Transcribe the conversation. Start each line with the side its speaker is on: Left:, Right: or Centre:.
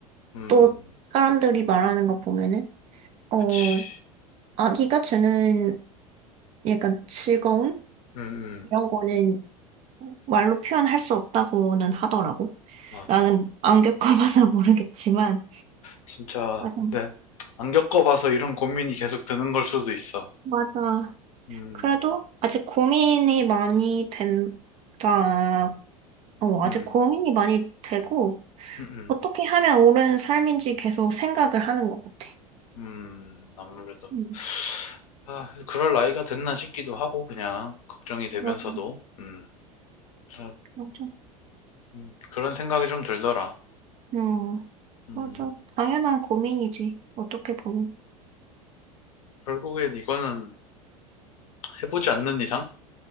Left: 음,
Right: 또 사람들이 말하는 거 보면은 어
Left: 그치.
Right: 아기가 주는 약간 즐거움
Left: 음,
Right: 이런
Left: 음.
Right: 거는 말로 표현할 수 없다고는 하더라고.
Left: 맞아.
Right: 나는 안 겪어봐서 <laughs> 모르겠지만
Left: 진짜,
Right: 맞아.
Left: 네. 안 겪어봐서 이런 고민이 계속 드는 걸 수도 있어.
Right: 맞아.
Left: 음,
Right: 그래도 아직 고민이 많이 된다. 어, 아직
Left: 음.
Right: 고민이 많이 되고
Left: 음, 음,
Right: 어떻게 하면 옳은 삶인지 계속 생각을 하는 것 같아.
Left: 음, 아무래도.
Right: 음,
Left: 아, 그럴 나이가 됐나 싶기도 하고, 그냥, 걱정이 되면서도,
Right: 맞아,
Left: 음, 그래서,
Right: 맞아.
Left: 음, 그런 생각이 좀 들더라.
Right: 음,
Left: 음,
Right: 맞아. 당연한 고민이지. 어떻게 보면.
Left: 결국엔 이거는 해보지 않는 이상,